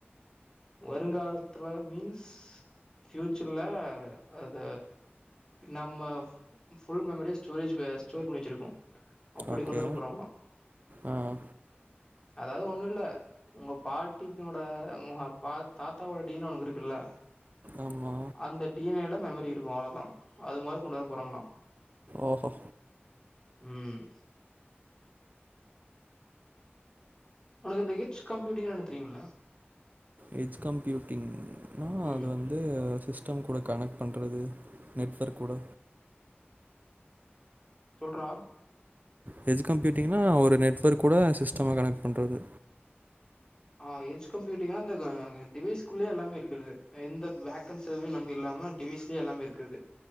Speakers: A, on the left (about 20°); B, on the right (about 45°).
A: வருங்காலத்ல மீன்ஸ் ஃபியூச்சர்ல அத நம்ம ஃபுல் மெமரிஸ் ஸ்டோரேஜ்குல ஸ்டோர் பண்ணி வச்சுருக்கோ அப்படி
B: ஓகே
A: கொண்டு வர போறாங்களா
B: ஆ ஆ
A: அதாது ஒண்ணுல்ல உங்க பாட்டினோட பாத் தாத்தாவோட டீ என் ஏ உனக் இருக்குல்ல
B: ஆமா
A: அந்த டி என் ஏ ல மெமரி இருக்கு அவ்ளோதா அதுமாரி கொண்டு வர போறாங்களா
B: ஓஹோ
A: ம் உனக்கு இந்த ஹச் கம்ப்யூட்டிங்னா என்ன தெரியுல்ல
B: ஹெச் கம்ப்யூட்டிங்னா
A: ம்
B: அது வந் து சிஸ்டம் கூட கனெக்ட் பண்றது நெட்வொர்க் கூட
A: சொல்றா
B: ஹெச் கம்ப்யூட்டிங்னா ஒரு நெட்வொர்க் கூட சிஸ்டம கனெக்ட் பண்றது
A: ஆ ஹெச் கம்ப்யூட்டிங்னா இந்த டிவைஸ்குள்ளேயே எல்லாமே இருக்கறது எந்த வேக்கன்சையு நம்பி இல்லாம டிவிஸ்லயே எல்லாமே இருக்கிறது